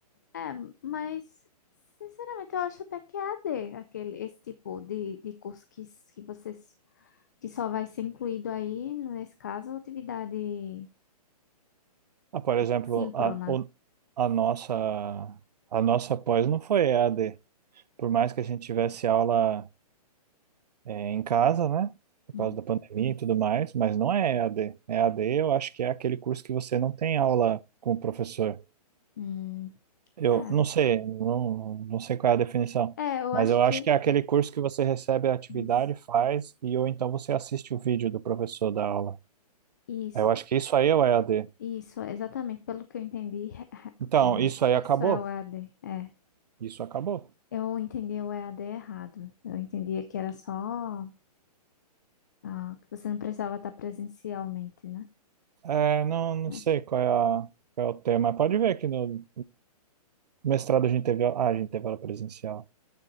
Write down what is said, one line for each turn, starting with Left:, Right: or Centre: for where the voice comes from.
Left: É, mas, sinceramente, eu acho até que é EAD, aquele, esse tipo de, de curso que, s- que vocês que só vai ser incluído aí, nesse caso, atividade
Right: Ah, por exemplo,
Left: síncrona.
Right: a, o- a nossa a nossa pós não foi E a d por mais que a gente tivesse aula eh, em casa, né? Por
Left: Hum,
Right: causa da pandemia e tudo mais, mas não é E a d E a d eu acho que é aquele curso que você não tem aula com o professor.
Left: hum,
Right: Eu
Left: é.
Right: não sei, não, não sei qual é a definição,
Left: É, eu
Right: mas
Left: acho
Right: eu
Left: que
Right: acho que é aquele
Left: é
Right: curso que você recebe a atividade,
Left: isso.
Right: faz, e ou então você assiste o vídeo do professor da aula.
Left: Isso,
Right: Eu acho que isso aí é o EAD.
Left: isso, exatamente, pelo que eu entendi, <laughs>
Right: Então,
Left: é,
Right: isso aí
Left: isso
Right: acabou?
Left: é o EAD, é.
Right: Isso acabou.
Left: Eu entendi o EAD errado. Eu entendia que era só, ah, que você não precisava estar presencialmente, né?
Right: É, não, não
Left: Mas
Right: sei qual é, a- qual é o tema. Pode ver que no mestrado a gente teve, a- ah, a gente teve aula presencial.